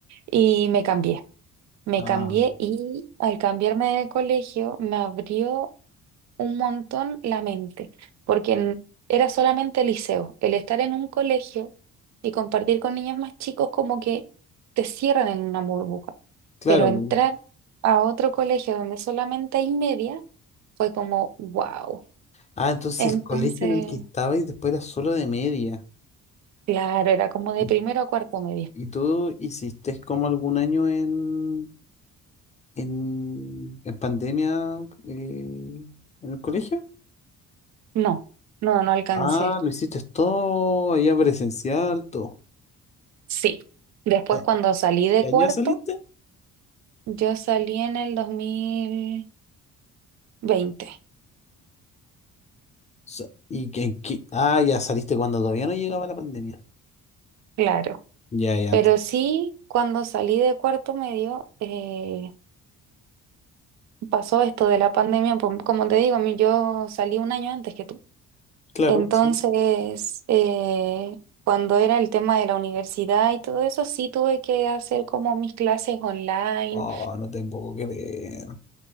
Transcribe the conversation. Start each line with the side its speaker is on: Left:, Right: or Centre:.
Right: Y me cambié, me
Left: Ah,
Right: cambié y al cambiarme de colegio me abrió un montón la mente, porque en- era solamente liceo. El estar en un colegio y compartir con niños más chicos como que te cierran en una burbuja,
Left: claro.
Right: pero entrar
Left: pu.
Right: a otro colegio donde solamente hay media fue como, wow.
Left: Ah, entonces
Right: Entonces...
Left: el colegio en el que estabas después era solo de media.
Right: Claro, era como de
Left: ¿Y,
Right: primero a cuarto medio.
Left: y tú hiciste como algún año en, en, en pandemia eh, en el colegio?
Right: No, no, no alcancé.
Left: Ah, lo hiciste todo allá presencial, todo.
Right: Sí. Después
Left: ¿Qué
Right: cuando salí de
Left: qué
Right: cuarto,
Left: año saliste?
Right: yo salí en el dos mil veinte.
Left: Sa- ¿Y que- en qué? Ah, ya saliste cuando todavía no llegaba la pandemia.
Right: claro.
Left: Ya, ya
Right: Pero
Left: antes.
Right: sí, cuando salí de cuarto medio, eh, pasó esto de la pandemia. pom- Como te digo, a mí yo salí un año antes que tú.
Left: Claro,
Right: Entonces,
Left: sí.
Right: eh, cuando era el tema de la universidad y todo eso, sí tuve que hacer como mis clases online
Left: Oh, no te puedo creer.